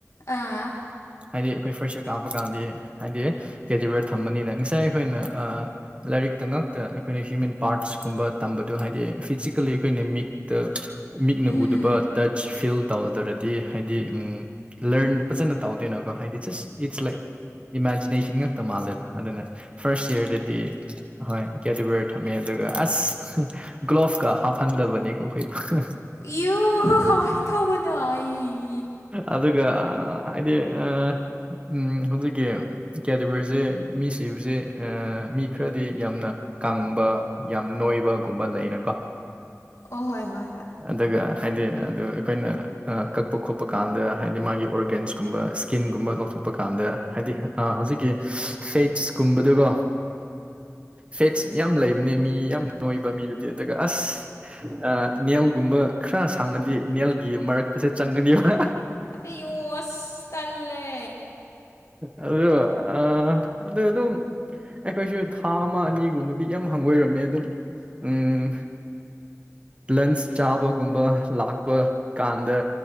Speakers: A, on the left (about 70°); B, on the right (about 20°).
A: ꯑ
B: ꯍꯥꯏꯗꯤ ꯑꯩꯈꯣꯏ ꯐ꯭ꯔꯥꯁ ꯀꯥꯕ ꯀꯥꯟꯗ ꯍꯥꯏꯗꯤ ꯀꯦꯗꯤꯕꯔ ꯊꯝꯕꯅꯤꯅ ꯉꯁꯥꯏ ꯑꯈꯣꯏꯅ ꯑ ꯂꯥꯏꯔꯤꯛꯇ ꯉꯛ ꯇ ꯑꯩꯈꯣꯏꯅ ꯍ꯭ꯌꯨꯃꯦꯟ ꯄꯥꯔꯠꯁꯀꯨꯝꯕ ꯇꯝꯕꯗꯣ ꯍꯥꯏꯗꯤ ꯐꯤꯖꯤꯀꯦꯜꯂꯤ ꯑꯩꯈꯣꯏꯅ ꯃꯤꯛꯇ ꯃꯤꯛꯅ
A: ꯎꯝ
B: ꯎꯗꯕ
A: ꯎꯝ
B: ꯇꯆ ꯐꯤꯜ ꯇꯧꯗ꯭ꯔꯗꯤ ꯍꯥꯏꯗꯤ ꯎꯝ ꯂ꯭ꯔꯟ ꯐꯖꯅ ꯇꯧꯗꯦꯅꯀꯣ ꯍꯥꯏꯗꯤ ꯖꯁ ꯏꯠꯁ ꯂꯥꯏꯛ ꯏꯃꯥꯖꯤꯅꯦꯁꯟ ꯉꯥꯛ ꯇ ꯃꯥꯜꯂꯦꯕ ꯑꯗꯨꯅ ꯐꯥꯔꯁ ꯏꯌ꯭ꯔꯗꯗꯤ ꯍꯣꯏ ꯀꯦꯗꯤꯕꯔ ꯊꯝꯃꯦ ꯑꯗꯨꯒ ꯑꯁ ꯍꯨꯡ ꯒ꯭ꯂꯣꯞꯀ ꯍꯥꯞꯐꯟꯗꯕꯅꯦꯀꯣ ꯑꯩꯈꯣꯏꯕꯨ
A: ꯏꯌꯨ ꯀꯃꯥꯏꯅ ꯇꯧꯕꯅꯣ ꯑꯩ
B: ꯑꯗꯨꯒ ꯍꯥꯏꯗꯤ ꯑ ꯎꯝ ꯍꯧꯖꯤꯛꯀꯤ ꯀꯦꯗꯤꯕꯔꯖꯦ ꯃꯤ ꯁꯤꯕꯁꯦ ꯑ ꯃꯤ ꯈꯔꯗꯤ ꯌꯥꯝꯅ ꯀꯪꯕ ꯌꯥꯝ ꯅꯣꯏꯕꯒꯨꯝꯕ ꯂꯩꯅꯀ‌ꯣ
A: ꯑꯣ ꯍꯣꯏ ꯍꯣꯏ ꯍꯣꯏ
B: ꯑꯗꯨꯒ ꯍꯥꯏꯗꯤ ꯑꯗꯨ ꯑꯩꯈꯣꯏꯅ ꯑ ꯀꯛꯄ ꯈꯣꯠꯄ ꯀꯥꯟꯗ ꯍꯥꯏꯗꯤ ꯃꯥꯒꯤ ꯑꯣꯔꯒꯥꯟꯁꯀꯨꯝꯕ ꯁ꯭ꯀꯤꯟꯒꯨꯝꯕ ꯊꯨꯞꯄ ꯀꯥꯟꯗ ꯍꯥꯏꯗꯤ ꯑ ꯍꯧꯖꯤꯛꯀꯤ ꯐ‌ꯦꯠꯁ ꯀꯨꯝꯕꯗꯨꯒꯣ ꯐꯦꯠꯁ ꯌꯥꯝ ꯂꯩꯕꯅꯦ ꯃꯤ ꯌꯥꯝ ꯅꯣꯏꯕ ꯃꯤꯗꯗꯤ ꯑꯗꯨꯒ ꯑꯁ ꯑ ꯅꯦꯜꯒꯨꯝꯕ ꯈꯔ ꯁꯥꯡꯉꯗꯤ ꯅꯦꯜꯒꯤ ꯃꯔꯛꯇꯁꯨ ꯆꯪꯒꯅꯤꯕ
A: ꯑꯌꯣ ꯑꯁ ꯇꯜꯂꯦ
B: ꯑꯗꯨꯒ ꯑ ꯑꯗꯨ ꯑꯗꯨꯝ ꯑꯩꯈꯣꯏꯁꯨ ꯊꯥ ꯑꯃ ꯑꯅꯤꯒꯨꯝꯕꯗꯤ ꯌꯥꯝ ꯍꯪꯒꯣꯏꯔꯝꯃꯦ ꯑꯗꯨꯝ ꯎꯝ ꯂꯟꯁ ꯆꯥꯕꯒꯨꯝꯕ ꯂꯥꯛꯄ ꯀꯥꯟꯗ